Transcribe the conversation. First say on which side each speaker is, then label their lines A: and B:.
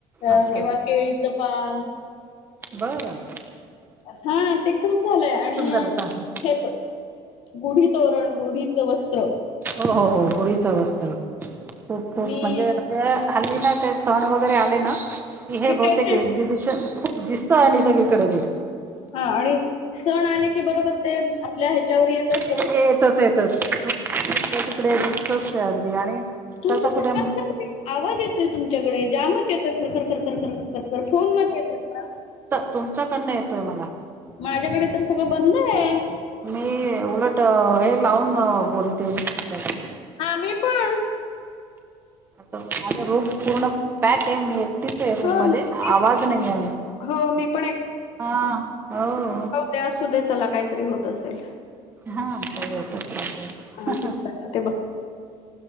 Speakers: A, on the left; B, on the right.
A: अ
B: अच्छा
A: किंवा
B: अच्छा
A: केळीचं पान
B: बरं
A: हा ते खूप झालंय आणि
B: सुंदर होता आता
A: हे पण गुढी तोरण गुढीचं वस्त्र
B: हो हो हो गुढीचं वस्त्र खूप खूप
A: मी
B: म्हणजे ज हल्ली ना ते सण वगैरे आले ना की
A: कि
B: हे
A: ते
B: बहुतेक
A: ते
B: एक्झिबिशन खूप दिसत आणि सगळीकडे ते.
A: हा आणि सण आले की बरोबर ते आपल्या ह्याच्यावर येत अस
B: ते येतच येतस इकडे तिकडे दिसतस अगदी आणि
A: तुमच्याकडे
B: तू आता कुठ
A: कसला
B: म
A: तरी आवाज येतोय तुमच्याकडे जामच येतो खरखर खरखर खरखर फोन मध्ये येतोय ना?
B: तुमच्याकडन येतोय मला.
A: माझ्याकडे तर सगळं बंद हाय.
B: मी उलट हे लावून बोलते तुमच्याकडे.
A: हा मी पण!
B: माझ रूम पूर्ण पॅक आहे मी एकटीच एकटीच आहे रूम
A: हो
B: मध्ये
A: ना
B: आवाज नाही आले
A: हो मी पण
B: आ हो.
A: ते असुदे चला काहीतरी होत असेल.
B: हा आताजसच चालेल.
A: हा
B: हम्म,
A: ते ते बघ